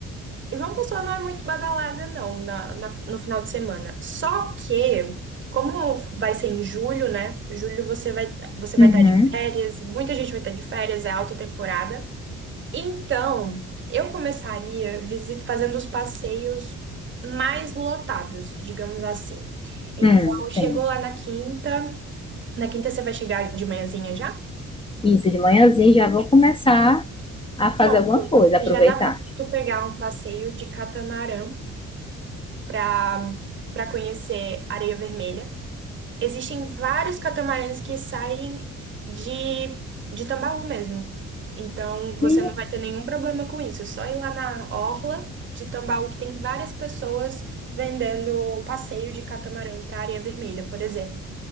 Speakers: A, on the right; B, on the left.
A: João Pessoa não é muito badalada, não, na, na- no final de semana. Só que, como vai ser em julho, né? Julho você vai, você vai
B: Uhum.
A: estar de férias, muita gente vai estar de férias, é alta temporada. Então, eu começaria visit, fazendo os passeios mais lotados, digamos assim. Então,
B: Hum,
A: chegou
B: tem.
A: lá na quinta. Na quinta você vai chegar de manhãzinha já?
B: Isso, de manhãzinha já vou começar a fazer
A: Pronto.
B: alguma coisa, aproveitar.
A: Já dá para tu pegar um passeio de catamarã para para conhecer Areia Vermelha. Existem vários catamarãs que saem de, de Tambaú mesmo. Então, você
B: Meni-
A: não vai ter nenhum problema com isso. É só ir lá na orla de Tambaú, que tem várias pessoas vendendo passeio de catamarã para Areia Vermelha, por exemplo.